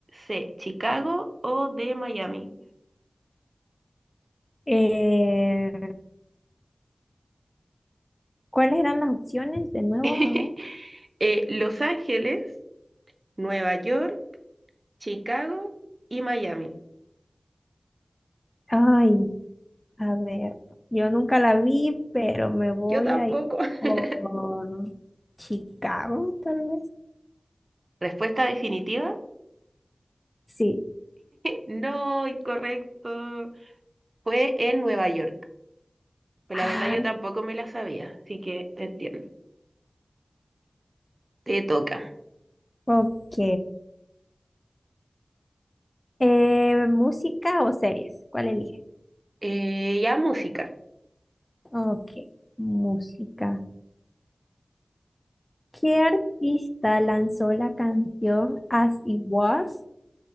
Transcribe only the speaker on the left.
Eh, ¿cuáles eran las opciones de nuevo?
A ver.
Ay, a ver. Yo nunca la vi, pero me voy
a ir
por Chicago, tal vez.
Sí.
Ah,
ok. Eh, ¿música o series? ¿Cuál elige?
Ok, música. ¿Qué artista lanzó la canción As It Was?